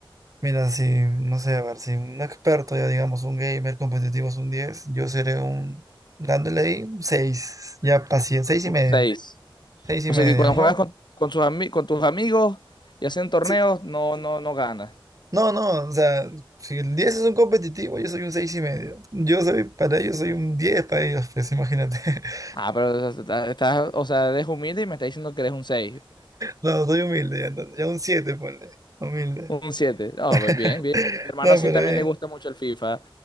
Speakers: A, on the right; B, on the left.
A: Mira, si, no sé, a ver, si un experto, ya digamos, un gamer competitivo es un 10, yo seré un, dándole ahí un 6, ya paciente, seis y
B: Un
A: medio,
B: seis.
A: 6 y
B: O
A: medio,
B: sea que cuando
A: ajá.
B: juegas con, con sus ami- con tus amigos y hacen torneos,
A: Sí,
B: no, no, no ganas.
A: No, no, o sea, si el 10 es un competitivo, yo soy un 6 y medio. Yo soy, para ellos soy un 10 para ellos, pues imagínate. <laughs>
B: Ah, pero o sea, estás, estás- o sea, eres humilde y me estás diciendo que eres un 6,
A: No, soy humilde, ya, no- ya un 7, ponle. Humilde.
B: un 7. No, pues bien,
A: <laughs>
B: bien. Mi hermano
A: No,
B: sí
A: pero
B: también
A: bien.
B: le gusta mucho el FIFA,